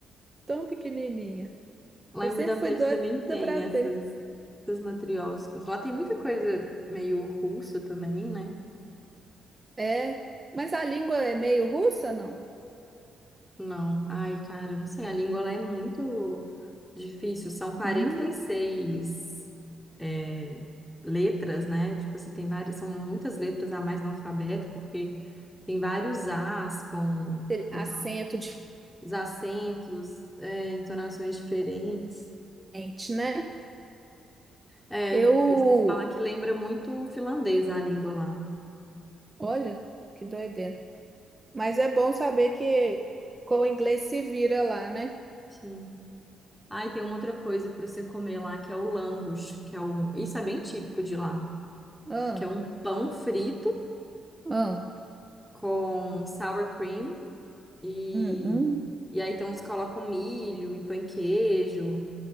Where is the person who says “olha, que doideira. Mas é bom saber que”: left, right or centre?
Right